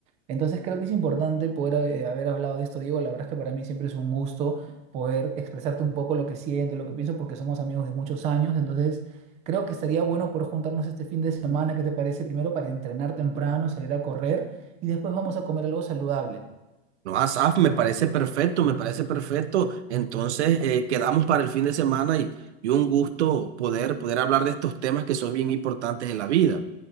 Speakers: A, on the right (about 20°); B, on the right (about 80°).
A: Entonces creo que es importante poder eh, haber hablado de esto, Diego. La verdad es que para mí siempre es un gusto poder expresarte un poco lo que siento, lo que pienso, porque somos amigos de muchos años. Entonces creo que estaría bueno poder juntarnos este fin de semana, ¿qué te parece? Primero para entrenar temprano, salir a correr y después vamos a comer algo saludable.
B: No, Asaf, me parece perfecto, me parece perfecto. Entonces, eh, quedamos para el fin de semana y, y un gusto poder, poder hablar de estos temas que son bien importantes en la vida.